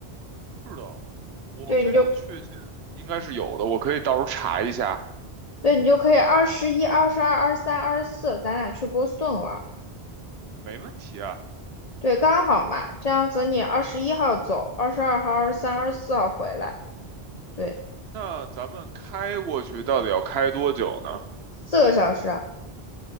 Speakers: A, on the right; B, on the left.
A: 是的，我非常确信应该是有的，
B: 对，你就
A: 我可以到时候查一下，
B: 对，你就可以二十一、二十二、二十三、二十四，咱俩去波士顿玩儿。
A: 没问题啊。
B: 对，刚好嘛，这样子你二十一号走，二十二号、二十三、二十四号回来，对，
A: 那咱们开过去到底要开多久呢？
B: 四个小时。